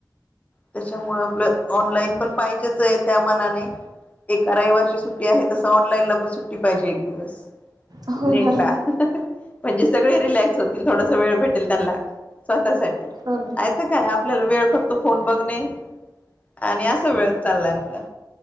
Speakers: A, on the left (about 20°); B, on the right (about 60°).
A: त्याच्यामुळं आपलं ऑनलाईन पण पाहिजेच यं त्या मनाने -- एका रविवारची सुट्टी आहे तस ऑनलाईनला पण सुट्टी पाहिजे एक दिवस.
B: हो
A: नेटला
B: ना
A: म्हणजे सगळे रिलॅक्स होतील. थोडस वेळ भेटेल त्यांना. स्वतःसाठी नायतर
B: हो ना.
A: काय आपल्याला वेळ फक्त फोन बघणे आणि असा वेळ चाललाय आपला.